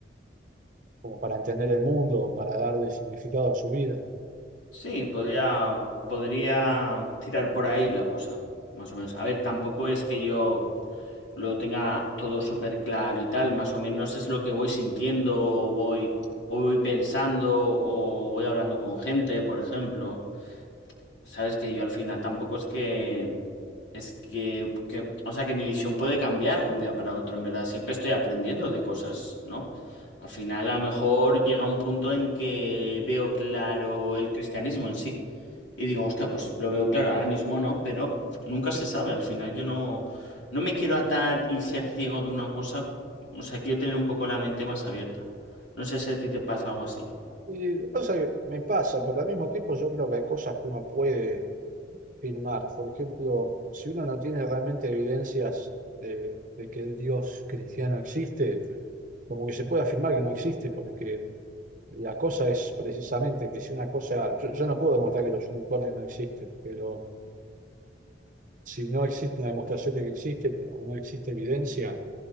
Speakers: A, on the right; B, on the left.
A: como para entender el mundo, para darle significado a su vida.
B: Sí, podría, podría tirar por ahí la cosa, más o menos. A ver, tampoco es que yo. lo tenga todo súper claro y tal. Más o menos es lo que voy sintiendo o voy, o voy pensando o voy hablando con gente, por ejemplo. Sabes que yo al final tampoco es que... Es que, que- o sea, que mi visión puede cambiar de un día para otro, en verdad. Siempre estoy aprendiendo de cosas, ¿no? Al final, a lo mejor llega un punto en que veo claro el cristianismo en sí. Y digo, hostia, pues lo veo claro, ahora mismo no, pero nunca se sabe. Al final yo no, no me quiero atar y ser ciego de una cosa. O sea, quiero tener un poco la mente más abierta. No sé si a ti te pasa algo así.
A: Y lo que pasa es que me pasa, pero al mismo tiempo yo creo que hay cosas que uno puede firmar. Por ejemplo, si uno no tiene realmente evidencias de, de que el Dios cristiano existe, como que se puede afirmar que no existe, porque la cosa es precisamente que si una cosa, yo, yo no puedo demostrar que los unicornios no existen, pero si no existe una demostración de que existen o no existe evidencia,